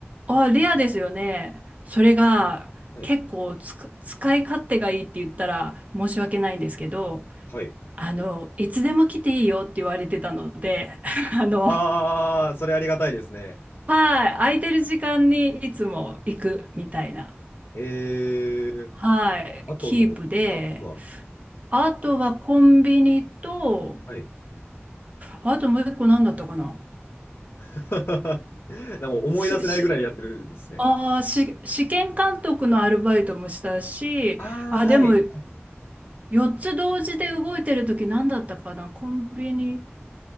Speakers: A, on the right; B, on the left.
A: あ、レアですよね。それが結構つく使い勝手がいいって言ったら申し訳ないんですけど、
B: はい。はい。
A: あの、いつでも来ていいよって言われてたので、<laughs> あの、
B: ああ、それありがたいですね。
A: はい、空いてる時間にいつも行くみたいな、
B: ええ、
A: はい、
B: あとの2つは、
A: キープで、あとはコンビニと、
B: はい。
A: あともう一個何だったかな。
B: <laughs> でも思い出せないぐらいやってるんですね。
A: し、し、あーし、試験監督のアルバイトもしたし、
B: ああ、
A: あ、
B: はい。
A: でも、4つ同時で動いてる時何だったかなコンビニ。